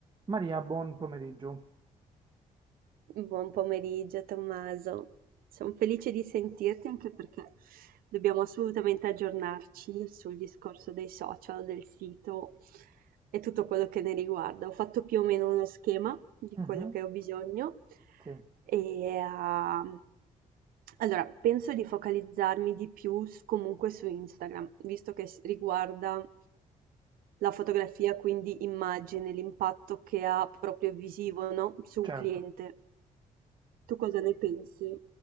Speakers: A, on the right; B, on the right.
A: Maria, buon pomeriggio.
B: Buon pomeriggio Tommaso, sono felice di sentirti anche perché dobbiamo assolutamente aggiornarci sul discorso dei social, del sito e tutto quello che ne riguarda. Ho fatto più o meno uno schema di
A: Mhm,
B: quello che ho bisogno
A: sì,
B: e, ah, allora, penso di focalizzarmi di più s- comunque su Instagram, visto che s- riguarda la fotografia, quindi immagine, l'impatto che ha proprio visivo, no? Su
A: certo.
B: un cliente. Tu cosa ne pensi?